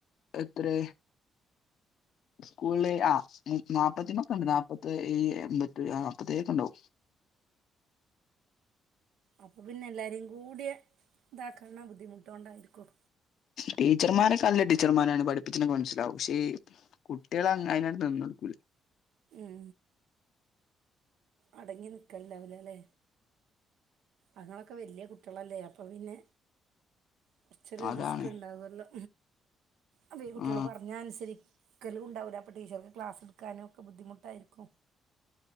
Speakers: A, on the left; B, on the right.
A: എത്രേ. സ്കൂള്ല് ആ മു നാപ്പത്തിമക്കണ്ട്. നാപത്തി എമ്പത്തി നാപ്പത്തേയക്കെണ്ടാവും.
B: അപ്പൊ പിന്നെ എല്ലാരിം കൂടിയെ ഇതാക്കാല്ല ബുദ്ധിമുട്ടോണ്ടായിരിക്കും.
A: ടീച്ചർമാരൊക്കെല്ല ടീച്ചർമാരാണ് പഠിപ്പിച്ച്ണൊക്കെ മൻസ്സി ലാവും ക്ഷേ കുട്ടിയെള അയ്നാട് നിന്നൊടുക്കൂലാ.
B: ഉം അടങ്ങി നിക്കലണ്ടാവൂല ലേ. അഇങ്ങളൊക്കെ വല്യ കുട്ടിയേളല്ലേ. അപ്പ പിന്നെ കുറച്ചൊരു
A: അതാണ്
B: റിസ്ക് ഇണ്ടാവല്ലോ. അപ്പ ഈ കുട്ടികള്
A: ആ
B: പറഞ്ഞാ അനുസരി ക്കലും ഉണ്ടാവൂല്ല. അപ്പം ടീച്ചർക്ക് ക്ലാസ് ഇട്ക്കാനും ഒക്കെ ബുദ്ധിമുട്ടായിരിക്കും.